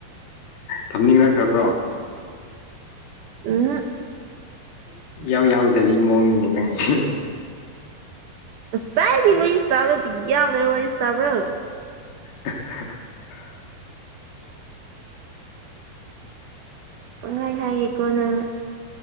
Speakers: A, on the left; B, on the right.
A: ꯊꯝꯅꯤꯡꯔꯛꯈ꯭ꯔꯕ꯭ꯔꯣ
B: ꯎꯝ
A: ꯌꯥꯎ ꯌꯥꯎꯗꯕꯤꯒꯤ ꯃꯑꯣꯡꯅꯤꯅꯦ ꯅꯪꯁꯦ
B: ꯁꯥꯏꯗꯤ ꯋꯥꯔꯤ ꯁꯕ ꯌꯥꯎꯗ ꯋꯥꯔꯤ ꯁꯥꯕꯔꯣ
A: <unintelligible>
B: ꯄꯪꯍꯥꯏ ꯍꯥꯏꯌꯦꯀꯣ ꯅꯪ